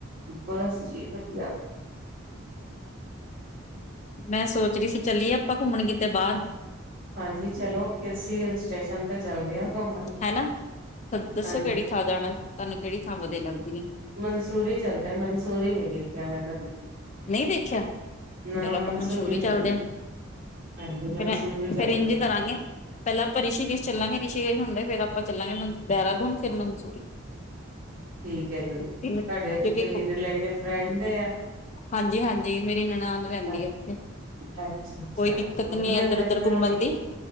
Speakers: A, on the right; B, on the left.
A: ਬਸ ਜੀ ਵਧੀਆ
B: ਮੈਂ ਸੋਚ ਰਹੀ ਸੀ ਚੱਲੀਏ ਆਪਾਂ ਘੁੰਮਣ ਕੀਤੇ ਬਾਹਰ
A: ਹਾਂਜੀ ਚਲੋ ਕਿਸੀ ਹਿਲ ਸਟੇਸ਼ਨ ਤੇ ਚਲਦੇ ਆ ਘੁੰਮਣ
B: ਹੈਨਾ ਦੱਸੋ
A: ਹਾਂਜੀ।
B: ਕਿਹੜੀ ਥਾਂ ਜਾਣਾ ਤੁਹਾਨੂੰ ਕਿਹੜੀ ਥਾਂ ਵਧੀਆ ਲਗਦੀ
A: ਮਨਸੂਰੀ ਚੱਲਦੇ ਆ ਮਨਸੂਰੀ ਨਹੀਂ ਦੇਖਿਆ ਮੈਂ ਕਦੀ
B: ਨਹੀਂ ਦੇਖਿਆ
A: ਨਾ
B: ਚਲੋ ਆਪਾਂ ਮਨਸੂਰੀ ਚੱਲਦੇ
A: ਨੀ ਦੇਖੀ।
B: ਆ
A: ਹਾਂਜੀ ਮਨਸੂਰੀ
B: ਫੇਰ ਮੈਂ
A: ਚੱਲਦੇ
B: ਫੇਰ ਇੰਝ
A: ਆ।
B: ਕਰਾਂਗੇ ਪਹਿਲਾਂ ਆਪਾਂ ਰਿਸ਼ੀ ਕੇਸ਼ ਚੱਲਾਂਗੇ ਰਿਸ਼ੀ ਚੇਜ ਹੁੰਦੇ ਫੇਰ ਆਪਾਂ ਚੱਲਾਂਗੇ ਮਨ ਦੇਹਰਾਦੂਨ ਫਿਰ ਮਨਸੂਰੀ
A: ਠੀਕ ਤੁਹਾਡੇ
B: ਤਿੰਨ ਕਿਉਂਕਿ
A: ਓਥੇ ਕੋਈ ਰਲੇਟਿਵ ਰਹਿਦੇਂ ਆ
B: ਹਾਂਜੀ ਹਾਂਜੀ ਮੇਰੀ ਨਨਾਨ ਰਹਿੰਦੀ
A: ਅੱਛਾ
B: ਹੈ ਇੱਥੇ
A: ਅੱਛਾ
B: ਕੋਈ ਦਿੱਕਤ
A: ਵਧੀਆ
B: ਨੀ ਇੱਧਰ
A: ਫਿਰ
B: ਉਧਰ
A: ਤੇ
B: ਘੁੰਮਣ
A: ਓਹਨੁੰ
B: ਦੀ